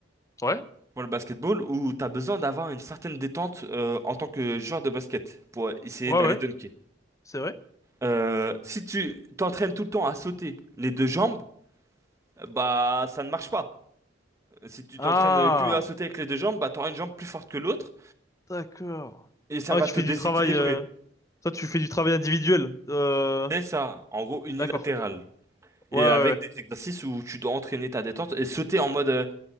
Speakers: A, on the left (about 15°); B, on the right (about 15°).
A: Ouais.
B: pour le basketball où tu as besoin d'avoir une certaine détente euh, en tant que joueur de basket pour essayer
A: Ouais,
B: d'aller
A: ouais.
B: dunker.
A: C'est vrai.
B: Euh, si tu t'entraînes tout le temps à sauter les deux jambes, euh, bah ça ne marche pas. Si tu
A: Ah.
B: t'entraînes que à sauter avec les deux jambes, bah t'auras une jambe plus forte que l'autre
A: D'accord.
B: et ça
A: Ah,
B: va
A: tu
B: te
A: fais
B: déséquilibrer.
A: du travail. euh, Toi, tu fais du travail individuel. Euh...
B: C'est ça, en gros unilatéral.
A: D'accord.
B: Et
A: Ouais, ouais,
B: avec
A: ouais.
B: des exercices où tu dois entraîner ta détente et sauter en mode euh,